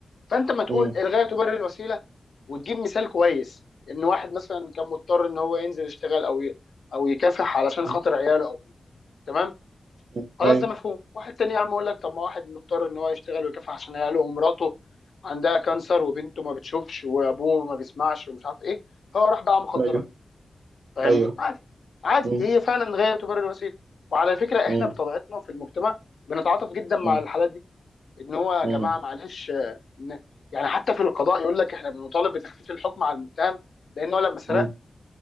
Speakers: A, on the left; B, on the right.
A: فانت ما تقول
B: م-
A: الغايه تبرر الوسيله وتجيب مثال كويس ان واحد مثلا كان مضطر ان هو ينزل يشتغل او ي... او يكافح علشان
B: م-
A: خاطر عياله او كده تمام
B: م-
A: خلاص
B: ايوه
A: ده مفهوم واحد تاني يا عم اقول لك طب ما واحد مضطر ان هو يشتغل ويكافح عشان عياله ومراته عندها كانسر وبنته ما بتشوفش وابوه ما بيسمعش ومش عارف ايه فهو راح باع مخدرات
B: ايوه
A: فاهمني
B: ايوه
A: عادي عادي
B: م-
A: هي فعلا غايه تبرر الوسيله وعلى فكره
B: م-
A: احنا بطبيعتنا في المجتمع بنتعاطف جدا مع
B: م-
A: الحالات دي ان هو يا
B: م-
A: جماعه معلش آه، ن- يعني حتى في القضاء يقول لك احنا بنطالب بتخفيف الحكم على المتهم لان هو لما سرقنا
B: مم.